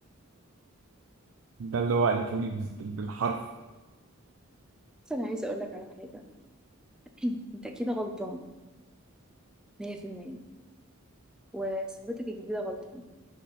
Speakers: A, on the right; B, in the centre.
A: ده اللي هو قالته لي بال- بالحرف
B: بس انا عايزه اقول لك على حاجه <clears throat> انت اكيد غلطان 100% وصاحبتك الجديدة غلطانة